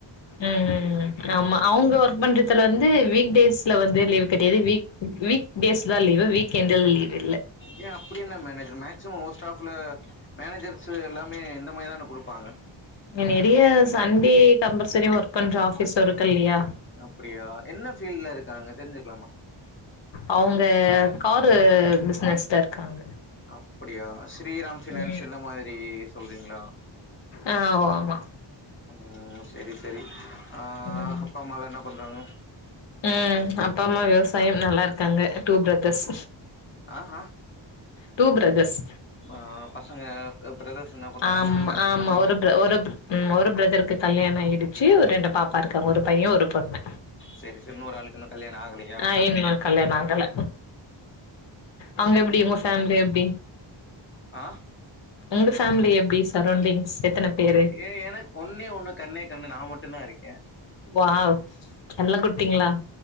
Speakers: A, on the left; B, on the left.
A: ம் ம் ம் ஆமா அவுங்க ஒர்க் பண்றதுல வந்து வீக் டேஸ்ல வந்து லீவ் கிடையாது வீக் வீக் டேஸ்ல தான் லீவு வீக் என்டுல லீவு
B: ஏ அப்படி என்ன மேனேஜர் மேக்சிமம் மோஸ்ட் ஆஃப்ல மேனேஜர்ஸ் எல்லாமே இந்த மாரி தான குடுப்பாங்க
A: இங்க நிறைய சண்டே கம்பல்சரி ஒர்க் பண்ற ஆஃபீஸ் இருக்கு இல்லையா
B: அப்டியா என்ன ஃபீல்டு்ல இருக்காங்க தெரிஞ்சுக்கலாமா
A: அவுங்க காரு பிஸ்னஸ்ல இருக்காங்க
B: அப்டியா ஸ்ரீராம் ஃபினான்ஸ்
A: ம்
B: இந்த மாரி சொல்றீங்களா
A: ஆ ஓ ஆமா
B: ஆ செரி செரி ஆ
A: ம்
B: அப்பா அம்மாலாம் என்ன பண்றாங்க
A: ம் அப்பா
B: அப்
A: அம்மா விவசாயம் நல்லா இருக்காங்க டூ பிரதர்ஸ்
B: ஆஹா
A: டூ பிரதர்ஸ்
B: ஆ பசங்க பிரதர்ஸ் என்ன பண்றாங்க
A: ஆமா
B: அ அண்ணா
A: ஆமா
B: அண்ண
A: ஒரு
B: தம்
A: பிர ஒரு ம் ஒரு பிரதருக்கு கல்யாண ஆயிடுச்சு ஒரு ரெண்டு பாப் பாப்பா இருக்காங்க ஒரு பையன் ஒரு பொண்ணு
B: செரி செரி இன்னொரு ஆளுக்கு இன்னு கல்யாண ஆகலையா
A: ஆ இன் மா கல்யாண ஆகல அவுங்க எப்டி உங்க ஃபேமிலி எப்டி
B: ஆ
A: உங்க ஃபேமிலி எப்டி சரௌண்டிங்ஸ் எத்தன பேரு
B: ஏ ஏ எனக்கு ஒன்னே ஒண்ணு கண்ணே கண்ணு நா மட்டும்தா இருக்கேன்
A: வாவ் செல்ல குட்டிங்களா